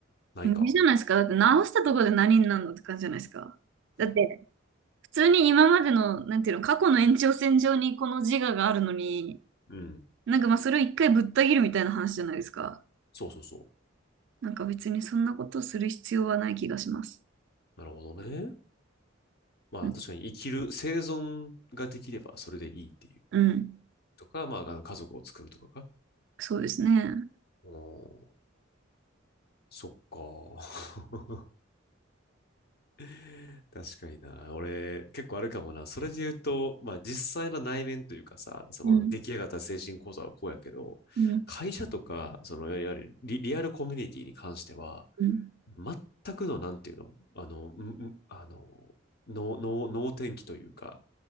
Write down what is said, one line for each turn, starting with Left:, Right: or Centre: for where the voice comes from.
Left: ないか。
Right: 無理じゃないですか。だって直したところで何になるのって感じじゃないですか。だって普通に今までの、なんていうの、過去の延長線上にこの自我があるのに、
Left: うん。
Right: なんかまあそれを一回ぶった切るみたいな話じゃないですか。
Left: そうそうそ
Right: なんか別にそんなことをする必要はない気がします。
Left: う。なるほどね。まあ確かに生きる、
Right: うん。
Left: 生存ができればそれでいいっていう。
Right: うん。
Left: とか、まあ、あの家族を作るとかか。
Right: そうですね。
Left: うん、そっか。<laughs> <laughs> 確かにな。俺、結構あるかもな。それで言うと、まあ実際の内面というかさ、その出来上がった精神構造はこうやけど、
Right: うん。うん。
Left: 会社とか、その、いわゆるリ、リアルコミュニティに関しては、
Right: うん。
Left: 全くの、なんていうのあの、んんあの、の、の、能天気というか、